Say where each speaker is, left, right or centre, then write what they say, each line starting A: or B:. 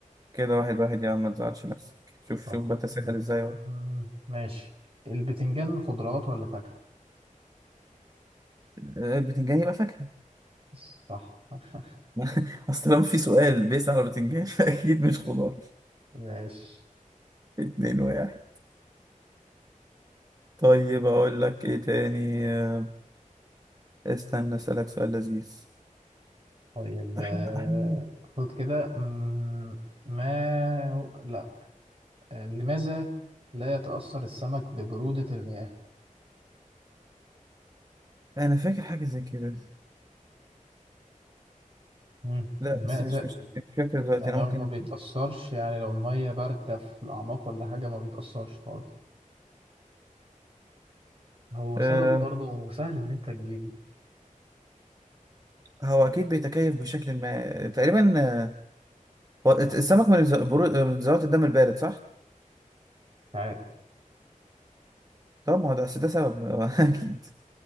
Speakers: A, on the right (about 25°); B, on the right (about 45°).
A: كده واحد واحد يا عم ما تزعلش نفسك شوف
B: طب
A: شوف بتساهل
B: مم،
A: ازاي اهو
B: ماشي البتنجان خضروات ولا فاكهة
A: آه، البتنجان يبقى فاكهة
B: صح <laughs>
A: <laughs> اصل لما في سؤال بيسأل على البتنجان <laughs> فأكيد مش خضار
B: ماشي
A: اتنين واحد طيب اقول لك ايه تاني آه، استنى اسألك سؤال لذيذ
B: طيب
A: احنا
B: آه،
A: احنا
B: خد كده مم، ما هو- لا آه، لماذا لا يتأثر السمك ببرودة المياه؟
A: انا فاكر حاجة زي كده
B: مم.
A: لا
B: لماذا
A: بس مش مش مش فاكر دلوقتي
B: يعني
A: انا ممكن
B: هو ما بيتأثرش يعني لو المية باردة في الأعماق ولا حاجة ما بيتأثرش خالص هو
A: أه
B: سبب برضه سهل إن أنت تجيبه
A: هو اكيد بيتكيف بشكل ما تقريبا آه، هو السمك من ز- برو- من ذرات الدم البارد صح؟
B: مش عارف
A: طب ما هو ده أصل ده سبب <laughs> اكيد